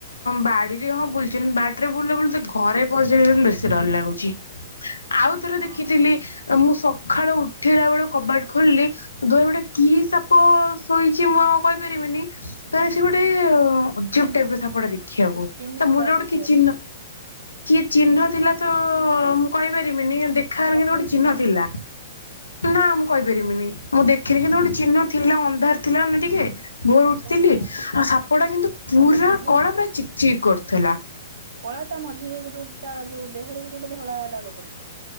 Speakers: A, on the left (about 85°); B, on the right (about 65°).
A: ବାଡି ହଁ ବୁଲଛନ୍ତି ବାଡ଼ିରେ ବୁଲିଲେ ବୁଲ ତ ଘରେ ପଶି ଯାଉଛନ୍ତି ବେଶୀ ଡର ଲାଗୁଛି। ଆଉଥରେ
B: ହଁ
A: ଦେଖିଥିଲି, ମୁଁ ସକାଳୁ ଉ ଉଠିଲା ବେଳୁ କବାଟ ଖୋଲିଲି ଦୁଆରେ ଗୋଟେ କି ସାପ ଶୋଇଛି? ଚି ମୁଁ ଆଉ କହିପାରିବିନି କାଇଁନା ସେ ଗୋଟେ ଅଜବ ଟାଇପ ର ସାପ ଟା ଦେଖ ଦେଖିବାକୁ,
B: କେମିତି
A: ତା ମୁଣ୍ଡରେ
B: ତାକୁ
A: ଗୋଟେ
B: ଦେଖିବା
A: କି ଚିହ୍ନ
B: ପାଇଁ
A: କିଏ ଚିହ୍ନ ଥିଲା ତ ମୁଁ କହିପାରିବିନି ଦେଖା ହାର
B: କଠଉଛି
A: କିନ୍ତୁ ଗୋଟେ ଚିହ୍ନ
B: ନା
A: ଥିଲା ନା ମୁଁ କହିପାରିବିନି, ମୁଁ ଦେଖିନି କିନ୍ତୁ ଗୋଟେ ଚିହ୍ନ ଥିଲା ଅନ୍ଧାର ଥିଲା ନା ଟିକେ ଭୋର ଉଠିଥିଲି
B: ଓହୋ
A: ଆଉ ସାପ ଟା କିନ୍ତୁ ପୁରା
B: ଆଉ ତା ଦେହ
A: କଳା ପା ଚିକ୍ ଚିକ କରୁଥିଲା
B: କଳା ତା ମଝିରେ ଗୋଟେ ଗୋଟେ ତା ଯୋଉ ଦେହରେ ଗୋଟେ ଗୋଟେ ଧଳା ଦାଗ ପଡିଚି।